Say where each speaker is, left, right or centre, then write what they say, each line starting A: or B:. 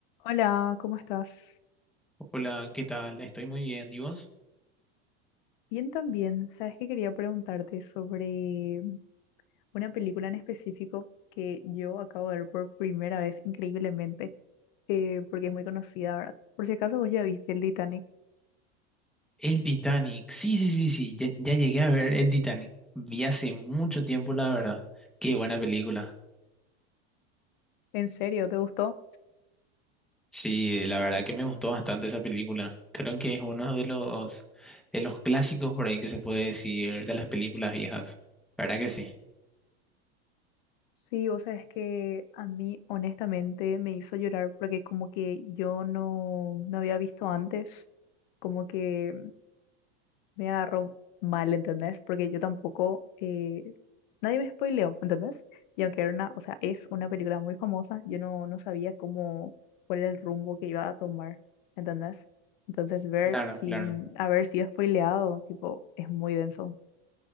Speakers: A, on the left; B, in the centre.
A: Hola, ¿cómo estás?
B: Hola, ¿qué tal? Estoy muy bien. ¿Y vos?
A: Bien también. Sabes que quería preguntarte sobre una película en específico que yo acabo de ver por primera vez, increíblemente, eh, porque es muy conocida, ¿verdad? Por si acaso vos ya viste el Titanic.
B: El Titanic. Sí, sí, sí, sí. Ya, ya llegué a ver el Titanic. Vi hace mucho tiempo, la verdad. Qué buena película.
A: ¿En serio? ¿Te gustó?
B: Sí, la verdad que me gustó bastante esa película. Creo que es uno de los, de los clásicos por ahí que se puede decir de las películas viejas. ¿Verdad que sí?
A: Sí, vos sabes que a mí honestamente me hizo llorar porque como que yo no, no había visto antes, como que me agarró mal, ¿entendés? Porque yo tampoco, eh, nadie me spoileó, ¿entendés? Y aunque era una, o sea, es una película muy famosa, yo no, no sabía cómo, cuál era el rumbo que iba a tomar, ¿entendés? Entonces ver
B: Claro,
A: sin
B: claro.
A: haber sido spoileado, tipo, es muy denso.